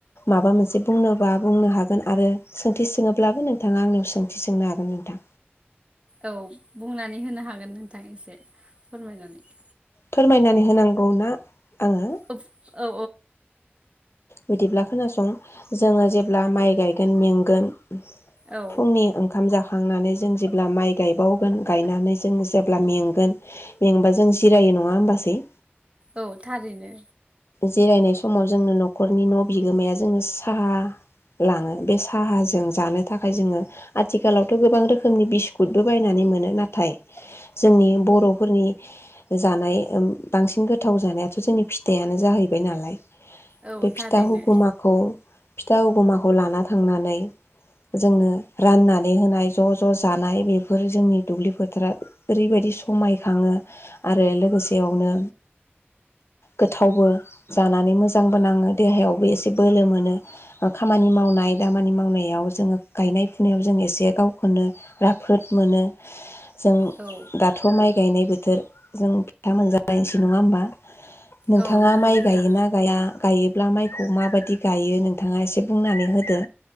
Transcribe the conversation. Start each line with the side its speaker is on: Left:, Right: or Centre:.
Left: माबा मोनसे बुंनोबा बुंनो हागोन आरो सोंथि सोङोब्लाबो नोंथाङा आंनो। सोंथि सोंनो हागोन नोंथां।
Right: औ बुंनानै होनो हागोन नोंथां एसे फोरमायनानै।
Left: फोरमायनानै होनांगौ ना आङो
Right: औ औ
Left: बिदिब्ला खोनासं जोङो जेब्ला माइ गायगोन मेंगोन
Right: औ
Left: फुंनि ओंखाम जा खांनानै जों जेब्ला माइ गायबावगोन गायनानै जों जेब्ला मेंगोन मेंबा जों जिरायो नङा होमबासै
Right: औ थारैनो
Left: जिरायनाय समाव जोंनो न'खरनि न' बिगोमाया जोङो साहा लाङो बे साहाजों जानो थाखाय जोङो आथिखालावथ' गोबां रोखोमनि बिस्कुटबो बायनानै मोनो नाथाय जोंनि बर'फोरनि जानाय ओम बांसिन गोथाव जानायाथ' जोंनि फिथायानो जाहैबाय नालाय
Right: औ
Left: बे फिथा
Right: थारैनो
Left: हुगुमाखौ फिथा हुगुमाखौ लाना थांनानै जोंनो राननानै होनाय ज' ज' जानाय बेफोर जोंनि दुब्लि फोथारा ओरैबायदि समाय खाङो आरो लोगोसेयावनो गोथावबो जानानै नै मोजांबो नाङो देहायावबो एसे बोलो मोनो ओ खामानि मावनाय दामानि मावनायाव जोङो गायनाय फुनायाव जों एसे गावखौनो राफोद मोनो। जों
Right: औ
Left: दाथ' माइ गायनाय बोथोर जों फिथा मोनजालायनोसै नङा होमबा नोंथाङा
Right: औ नंगौ
Left: माइ
Right: नोंथां
Left: गायोना? या गायोब्ला माइखौ माबादि गायो नोंथाङा एसे बुंनानै होदो